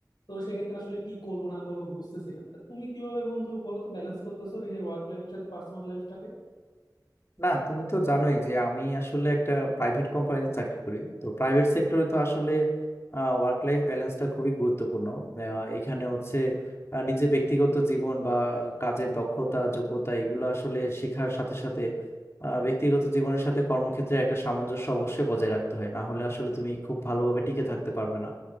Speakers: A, on the left; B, on the left.
A: তো সেক্ষেত্রে আসলে কি করবো না করবো বুঝতেছি না তুমি কিভাবে বন্ধু বলো তো ব্যালেন্স করতেছো নিজের ওয়ার্ক লাইফের সাথে পার্সোনাল লাইফটাকে
B: না তুমি তো জানোই যে আমি আসলে একটা প্রাইভেট কোম্পানিতে চাকরি করি তো প্রাইভেট সেক্টরে তো আসলে ওয়ার্ক লাইফ ব্যালেন্সটা খুবই গুরুত্বপূর্ণ আহ, এখানে হচ্ছে আহ, নিজের ব্যক্তিগত জীবন বা কাজের দক্ষতা যোগ্যতা এগুলো আসলে শেখার সাথে সাথে আহ, ব্যক্তিগত জীবনের সাথে কর্মক্ষেত্রে একটা সামঞ্জস্য অবশ্যই বজায় রাখতে হয় না হলে আসলে তুমি খুব ভালোভাবে টিকে থাকতে পারবে না